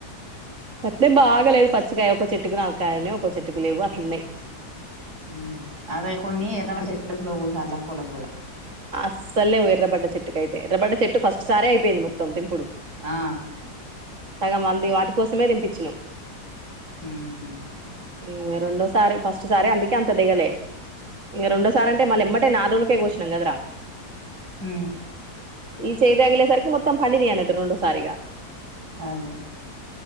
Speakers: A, on the right; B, on the right.
A: అట్నే బాగాలేదు పచ్చికాయ ఒక చెట్టుకు నాలుగు కాయలున్నయ్ ఒక చెట్టుకు లేవు అట్లున్నాయి.
B: ఊహు అదే కొన్ని ఎర్రవ చెట్లులో పోసార్ల వాళ్ళక్కొల్లకి కూడా
A: అస్సలే పోయి ఎర్రబడ్డ చెట్టుకు అయితే ఎర్రబడ్డ చెట్టు ఫస్ట్ సారే అయిపోయింది మొత్తం తెంపుడు.
B: ఆ
A: సగం మంది వాటి కోసమే తెంపించినాం.
B: ఊహు
A: ఇక రెండోసారి ఫస్ట్ సారి అందుకే అంత దిగలే ఇక రెండోసారి అంటే మళ్ళీ ఎమ్మట నాల్ రోజులకే కోసినం కదరా
B: ఊ
A: ఈ చేయిదగలే సారికి మొత్తం పండియన్నట్టు రెండోసారిగా
B: అదే